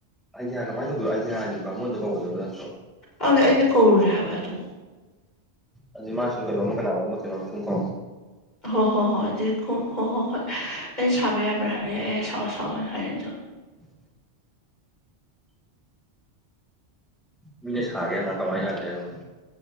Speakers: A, in the centre; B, on the left.
A: ꯑꯥꯏꯗꯤꯌꯥ ꯀꯃꯥꯏꯅ ꯇꯧꯗꯅꯣ ꯑꯥꯏꯗꯤꯌꯥ ꯍꯥꯏꯗꯨꯅꯄꯥꯥꯉꯣꯟꯗ ꯀꯧꯒꯗꯕꯗꯣ
B: ꯑꯗꯨꯅ ꯑꯩꯅ ꯀꯧꯔꯨꯔꯦ ꯍꯥꯏꯕ ꯑꯗꯨ
A: ꯑꯗꯨ ꯃꯥ ꯁꯨꯝ ꯀꯩꯅꯣꯝ ꯀꯅꯥꯅꯣꯝ ꯑꯃꯅ ꯀꯩꯅꯣꯝ ꯁꯨꯝ ꯀꯣ
B: ꯍ ꯍꯣ ꯍꯣ ꯍꯣ ꯍꯣ ꯍꯣꯏ ꯁꯃꯦꯕ꯭ꯔꯍ ꯌꯥ ꯁ ꯁꯍꯖ ꯍꯁꯨꯣ
A: <inaudible> ꯃꯤꯅꯦꯁꯥꯒ ꯍ ꯀꯃꯥꯏ ꯌꯥꯒꯅꯤ